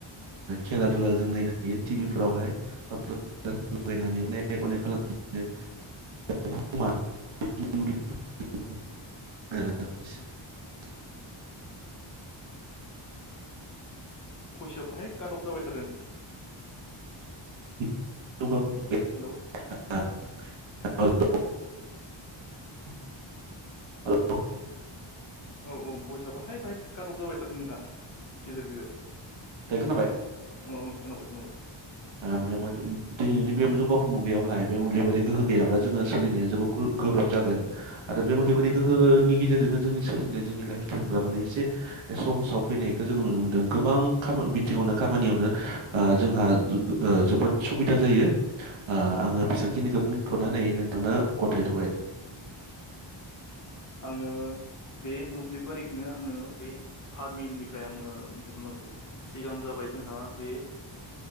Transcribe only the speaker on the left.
<inaudible>
भयसा बाहाय काट अफ जाबाय थादों
हेलौ
औ औ बयसा बाहाय पाइ काट अफ जाबायथादो नोंहा गेजेर गेजेर
औ खोनाबाय खोनाबाय
उम
उम आङो बे मोब्लिब आरिखौनो आङो बे फार्मिंनिफ्राय आङो दिहुनलांसै सिगां जाबाय जोंहा बे